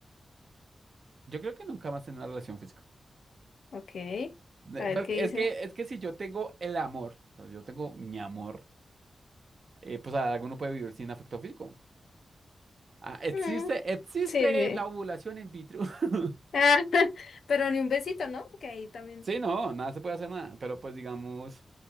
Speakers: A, on the right; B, on the left.
A: Yo creo que nunca más tener una relación física.
B: Ok.
A: Ne-
B: A ver
A: porque
B: qué dice.
A: Es que, es que si yo tengo el amor, o sea, yo tengo mi amor, eh, pues alguno puede vivir sin afecto físico. Ah, existe,
B: Mm,
A: existe
B: sí, sí.
A: la ovulación in vitro. <laughs>
B: Ah, <laughs> pero ni un besito, ¿no? Que ahí también.
A: Sí, no, nada se puede hacer nada, pero pues digamos,